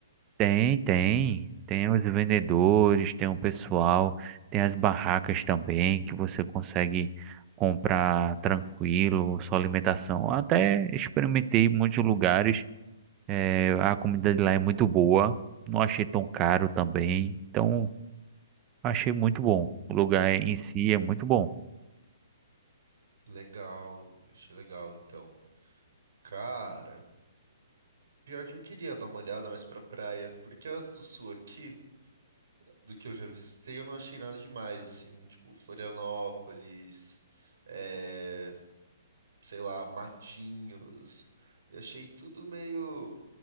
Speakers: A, on the right; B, on the right.
A: Tem, tem. Tem os vendedores, tem o pessoal, tem as barracas também que você consegue comprar tranquilo, sua alimentação. Até experimentei muitos lugares. eh, a comida de lá é muito boa. Não achei tão caro também. Então, achei muito bom. O lugar em
B: Hum,
A: si é muito bom.
B: legal, achei legal, então. Cara, pior que eu queria dar uma olhada mais pra praia, porque as do sul aqui, do que eu já visitei, eu não achei nada demais, assim, tipo, Florianópolis, é, sei lá, Matinhos, eu achei tudo meio.